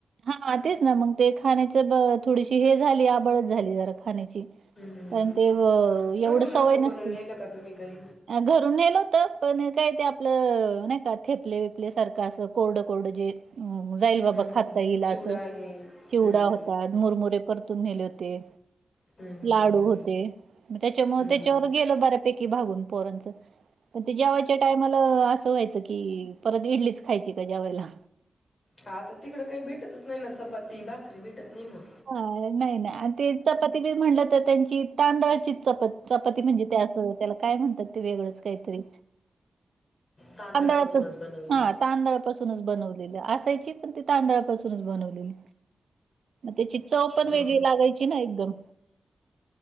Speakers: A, on the right; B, on the left.
A: हां, तेच ना मग ते खाण्याच थोडीशी हे झाली, आबळच झाली जरा खाण्याची.
B: हम्म हम्म
A: पण ते एवढं
B: करून नव्हतं
A: सवय नसती.
B: बनवून नेलं का तुम्ही काही
A: घरून नेलं होत पण काय ते आपलं नाही का थेपले, विपले सारखं असं कोरड कोरड जे जाईल बाबा
B: हम्म हम्म.
A: खाता येईल
B: चिवडा
A: असं
B: हे हम्म
A: चिवडा होता, मुरमुरे परत तून नेले होते
B: हम्म हम्म हम्म
A: लाडू
B: हम्म
A: होते. मग त्याच्यामुळे
B: हम्म
A: त्याच्यावर
B: हम्म.
A: गेल बऱ्यापैकी भागून पोरांचं. ते जेवयच्या टायमाला असं व्हायचं की परत इडलीच खायची का जेवायला?
B: हाता तिकडं काही भेटतच नाही ना चपाती, भाकरी भेटत नाही ना?
A: हा नाही नाही आणि ते चपाती बी म्हटलं तर त्यांची तांदळाची चप चपी म्हणजे त्याला काय म्हणतात ते वेगळंच काहीतरी
B: तांदळापासूनच
A: तांदळाचच
B: बनवले
A: हा तांदळापासून बनवलेले असायची पन तांदळा पासून बनली तेची चव पण
B: ह
A: वेगळी लागायची ना एकदम